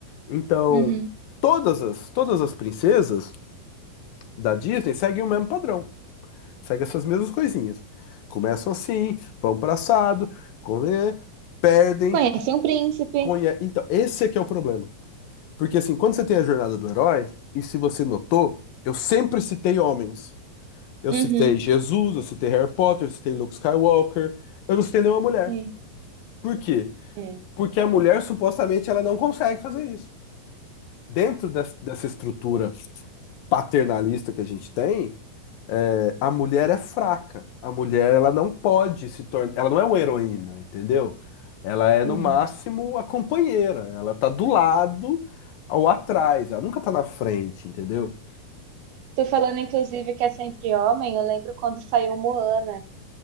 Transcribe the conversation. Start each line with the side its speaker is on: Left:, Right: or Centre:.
Left: Então,
Right: Uhum.
Left: todas as, todas as princesas da Disney seguem o mesmo padrão, seguem essas mesmas coisinhas. Começam assim, vão para assado, come- perdem,
Right: Conheci um príncipe.
Left: conhe... Então, esse é que é o problema. Porque assim, quando você tem a jornada do herói, e se você notou, eu sempre citei homens. Eu
Right: Uhum.
Left: citei Jesus, eu citei Harry Potter, eu citei Luke Skywalker, eu não citei nenhuma mulher.
Right: Sim.
Left: Por quê?
Right: É.
Left: Porque a mulher supostamente ela não consegue fazer isso. Dentro des- dessa estrutura paternalista que a gente tem, é, a mulher é fraca. A mulher, ela não pode se tornar. Ela não é uma heroína, entendeu? Ela é,
Right: Uhum.
Left: no máximo, a companheira. Ela tá do lado ou atrás. Ela nunca tá na frente, entendeu?
Right: Tô falando, inclusive, que é sempre homem. Eu lembro quando saiu Moana.